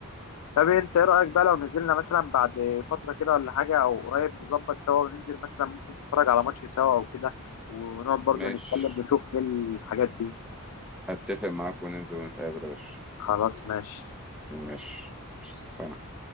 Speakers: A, on the left (about 80°); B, in the centre.
A: طب انت ايه رايك بقى لو نزلنا مثلا بعد فتره كده ولا حاجه او قريب نظبط سوا وننزل مثلا ممكن نتفرج على ماتش سوا او كده ونقعد برضو
B: ماشي
A: نتكلم نشوف ايه الحاجات دي
B: اتفق معاك وننزل ونتقابل يا باشا
A: خلاص ماشي
B: ماشي سلام